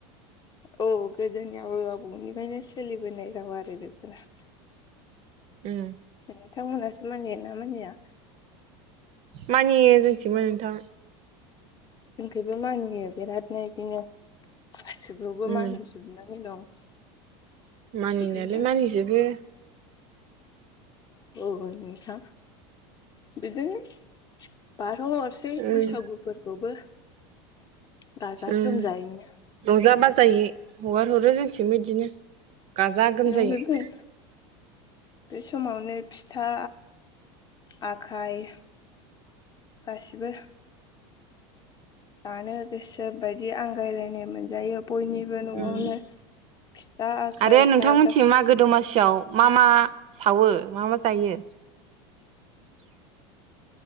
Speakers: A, on the left; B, on the right.
A: औ गोदोनि आबै आबौनिफ्रायनो सोलिबोनाय राव आरो बेफोरो
B: उम
A: नोंथांमोनासो मानियो ना मानिया?
B: मानियो जोंथिबो नोंथां
A: जोंखौबो मानियो बेरादनो बिदिनो गासैखौबो
B: उम
A: मानिजोबनानै दं <inaudible>
B: मानिनायालाय
A: बिदिनो
B: मानिजोबो
A: औ नोंथां बिदिनो बार थ हरसै
B: उम
A: बैसागुफोरखौबो गाजा
B: उम
A: गोमजायैनो
B: रंजा बाज जायै हगार हरो जोंथिबो बिदिनो गाजा गोमजायै
A: बेयाव फैबाय बे समावनो फिथा आखाय गासिबो जानो गोसो बायदि आंगायलायनाय मोन जायो बयनिबो न'आवनो
B: उम
A: फिथा आखाय
B: आरो नोंथांमोनथिं
A: सा गासै
B: मागो दमासियाव मा मा सावो मा मा जायो